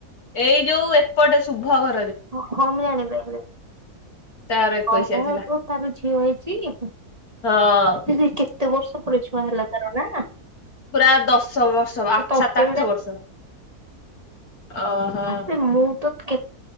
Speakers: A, on the left (about 70°); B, on the right (about 25°).
A: ଏଇ ଯୋଉ ଏପଟେ ଶୁଭ ଘ
B: ହଁ ମୁଁ ଜାଣିପାଇଲି।
A: ତାର ଏକୋଇଶିଆ
B: ହଁ ହଁ
A: ଥିଲା।
B: ତ ତାର ଝିଅ ହେ ଛି <unintelligible>
A: ହଁ।
B: ଦିଦି କେତେ ବର୍ଷ ଉପୁର ଛୁଆ ହେଲା ତାର ନା।
A: ପୁରା ଦଶ ବର୍ଷ ବା
B: ଆଉ
A: ଆ
B: ତତେ
A: ସାତ ଆଠ ବର୍ଷ। ଓହୋ।
B: ସେ ମୁଁ ତ କେ